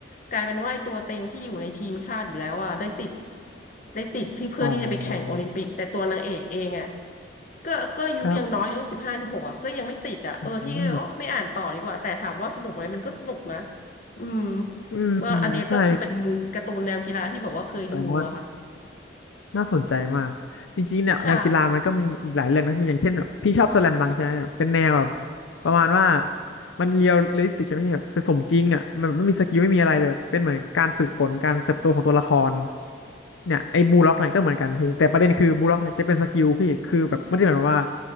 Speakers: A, on the left (about 40°); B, on the left (about 80°).
A: กลายเป็นว่าไอ้ตัวเต็งที่อยู่ในทีมชาติอยู่แล้วอ่ะได้ติดได้ติดที่เพื่อที่จะไปแข่งโอลิมปิกแต่ตัวนางเอกเองอ่ะ
B: อ๋อ
A: ก็ก็อายุยังน้อยสิบห้าสิบหกอ่ะก็ยังไม่ติดอ่ะเออพี่เลยโอ้ไม่อ่านต่อดีกว่าแต่ถามว่าสนุกไหมมันก็สนุกนะ
B: ครับอืม
A: อืม
B: อืม
A: ว่าอันเนี้ยก็คือเป็นการ์ตูนแนวกีฬาที่แบบว่าเคยดูอะค่ะ
B: ใช่แสดงว่า น่าสนใจมากจริงๆเนี่ยแนวกีฬามันก็มีอีกหลายเรื่องนะพี่อย่างเช่นแบบพี่ชอบสแลมดังก์ใช่ไหมแบบเป็นแนวแบบ
A: ใช่
B: ประมาณว่ามันเรียลลิสติกใช่ไหมพี่แบบเป็นสมจริงอ่ะมันไม่มีสกิลไม่มีอะไรเลยแบบเป็นเหมือนการฝึกฝนการเติบโตของตัวละครเนี่ยไอ้บูล็อกเนี่ยก็เหมือนกันพี่แต่ประเด็นคือบูล็อกเนี่ยจะเป็นสกิลพี่คือแบบไม่ได้หมายความว่า